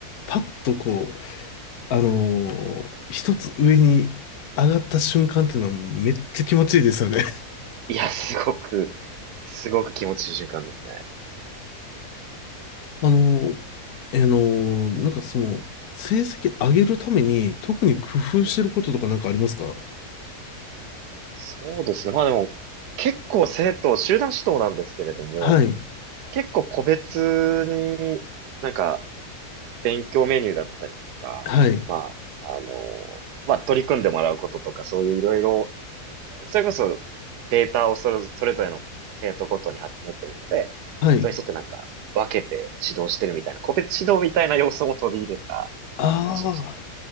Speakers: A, on the left; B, on the right.
A: パッとこう、あのー一つ上に上がった瞬間っていうのはもうめっちゃ気持ちいいですよね。
B: いや、すごく、すごく気持ちいい瞬間ですね。
A: あの、えーの、なんかその、成績上げるために特に工夫してることとかなんかありますか
B: えそうですね。まあでも、結構生徒、集団指導なんですけれども、
A: はい、
B: 結構個別になんか勉強メニューだったりとか、
A: はい、
B: まあ、あの、まあ取り組んでもらうこととか、そういういろいろ、それこそデータをそれ、それぞれの生徒ごとに集めてるので、
A: はい。
B: それに沿ってなんか分けて指導してるみたいな、個別指導みたいな要素も取り入れた感じの人。
A: あ